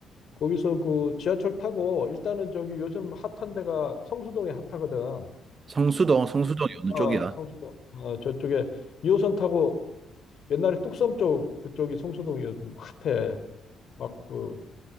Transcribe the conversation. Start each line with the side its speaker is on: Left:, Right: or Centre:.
Left: 거기서 그 지하철 타고 일단은 저기 요즘 핫한 데가 성수동이 핫하거든.
Right: 성수동, 성수동이 어느
Left: 어,
Right: 쪽이야?
Left: 성수동. 어, 저쪽에 2호선 타고 옛날에 뚝섬 쪽 그쪽이 성수동이 요즘 핫해. 막 그